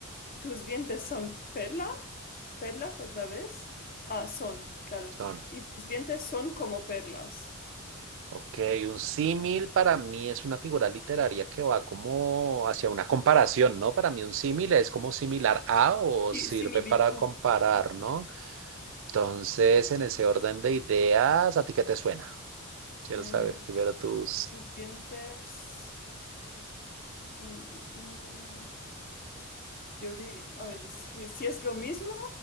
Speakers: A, on the left; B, on the right.
A: tus dientes son perla, perlas otra vez, ah, son, claro,
B: Son,
A: y tus dientes son como perlas.
B: ok, un símil para mí es una figura literaria que va como hacia una comparación, ¿no? Para mí un símil es como similar a o
A: Sí,
B: sirve
A: similitud.
B: para comparar, ¿no? Entonces, en ese orden de ideas, ¿a ti qué te suena? Quiero
A: Mm,
B: saber primero tus...
A: tus dientes... mm, mm, mm. Yo diría, a ver, si, si es lo mismo,